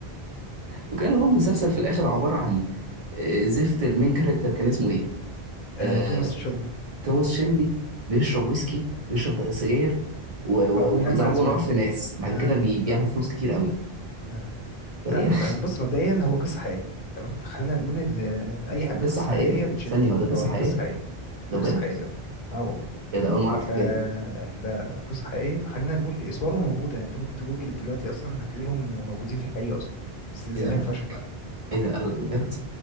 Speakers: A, on the right; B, on the left.
A: وكان هو مسلسل في الاخر عباره عن آه، زفت المين كاركتر كان اسمه ايه آه،
B: آه، توماس شيلبي
A: توماس شيلبي بيشرب ويسكي بيشرب سجاير و- و-
B: آه، وينام
A: وبيضربوا
B: مع نسوان
A: نار في ناس بعد كده
B: آه،
A: بي... بيعمل
B: آه،
A: فلوس كتير قوي
B: آه.
A: ده-
B: لا
A: يا
B: لا
A: أخي،
B: لا بص مبدئيا هو قصة حقيقية تمام فخلينا نقول ان اي حاجة
A: دي قصه
B: قصة
A: حقيقيه
B: حقيقية بتشد
A: ثانيه هو ده قصه
B: او هي
A: حقيقيه
B: قصة حقيقية
A: ده بجد
B: قصة حقيقية اه آه والله
A: ايه ده اول مره اعرف
B: ف
A: الحاجه دي
B: لا قصة حقيقية فخلينا نقول اسواره موجودة انت ممكن تجوجل دلوقتي اصلا هتلاقيهم موجودين في الحقيقة اصلا بس زمان
A: ايه ده قال
B: فشخ يعني
A: ايه ده قال بجد
B: م.